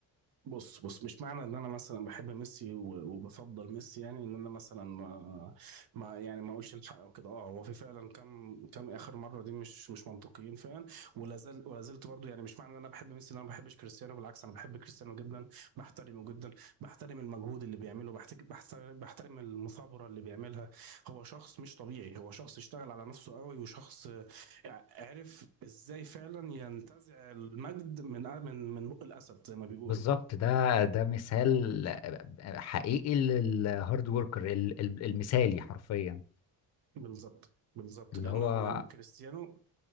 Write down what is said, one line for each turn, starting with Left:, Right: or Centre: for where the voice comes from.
Right: بص بص مش معنى ان انا مثلا بحب ميسي و- وبفضل ميسي يعني ان انا مثلا ما, ما يعني ما اقولش الحق او كده اه هو في فعلا كام كام اخر مره دي مش مش منطقيين فعلا ولا زال ولا زلت برضه يعني مش معنى ان انا بحب ميسي ان انا ما بحبش كريستيانو بالعكس انا بحب كريستيانو جدا بحترمه جدا بحترم المجهود اللي بيعمله بحتك- بحترم بحترم المثابره اللي بيعملها هو شخص مش طبيعي هو شخص اشتغل على نفسه قوي وشخص آه، عرف ازاي فعلا ينتزع المجد من من من بق الاسد زي ما بيقولوا
Left: بالظبط ده ده مثال حقيقي للهارد وركر ال- ال- المثالي حرفيا
Right: بالظبط بالظبط
Left: اللي
Right: لان
Left: هو
Right: هو كريستيانو